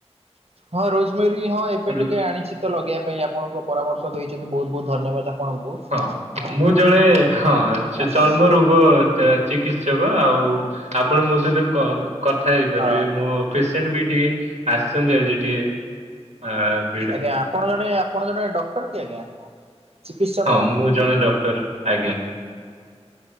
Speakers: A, on the right; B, on the right.
A: ହଁ ରୋଜମରି ହଁ ଏବେ
B: ରୋଜ
A: ଟିକେ ଆଣିଛି ତ ଲଗେଇବା ପାଇଁ ଆପଣଙ୍କୁ ପରାମର୍ଶ ଦେଇଛନ୍ତି ବହୁତ ବହୁତ ଧନ୍ୟବାଦ। ଆପଣଙ୍କୁ।
B: ହଁ
A: ହଁ
B: ମୁଁ ଜଣେ ହଁ
A: ଆଜ୍ଞା
B: ଚର୍ମ ରୋଗ ଗ ଚିକିତ୍ସକ ଆଉ ଆପଣ ମୋ ସହିତ କ କଥା ହେଇପାରିବେ
A: ହଁ
B: ମୋ ପେସେଣ୍ଟ ବି ଟିକେ ଆସିଛନ୍ତି ଆଜି ଟିକେ ଅ
A: ଆଜ୍ଞା ଆପଣ ଜଣେ ଆପଣ ଜଣେ ଡକ୍ଟର କି ଆଜ୍ଞା? ଚିକିତ୍ସକ
B: ହଁ ମୁଁ ଜଣେ ଡକ୍ଟର ଆଜ୍ଞା